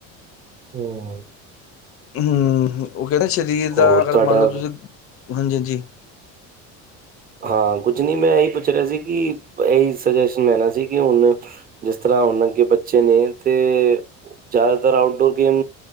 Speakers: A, on the right; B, on the left.
A: ਹਮ
B: ਹਮ ਉਹ ਕਹਿੰਦੇ ਸਰੀਰ ਦਾ
A: ਹੋਰ
B: ਅਗਰ
A: ਤੁਹਾਡਾ
B: ਮੰਨ ਲਓ ਤੁਸੀਂ ਹਾਂਜੀ ਹਾਂਜੀ।
A: ਹਾਂ ਕੁੱਝ ਨਹੀਂ ਮੈਂ ਇਹੀ ਪੁੱਛ ਰਿਹਾ ਸੀ ਕਿ ਇਹੀ ਸਜੈਸ਼ਨ ਲੈਣਾ ਸੀ ਕਿ ਹੁਣ। ਜਿਸ ਤਰ੍ਹਾਂ ਹੁਣ ਅੱਗੇ ਬੱਚੇ ਨੇ ਤੇ। ਜ਼ਿਆਦਾਤਰ ਆਊਟਡੋਰ ਗੇਮ